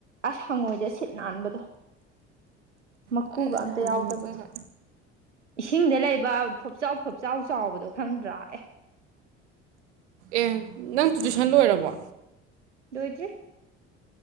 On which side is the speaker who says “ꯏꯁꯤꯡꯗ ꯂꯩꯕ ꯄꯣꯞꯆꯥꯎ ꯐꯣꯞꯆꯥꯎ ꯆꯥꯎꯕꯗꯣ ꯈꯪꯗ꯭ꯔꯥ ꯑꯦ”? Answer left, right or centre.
Right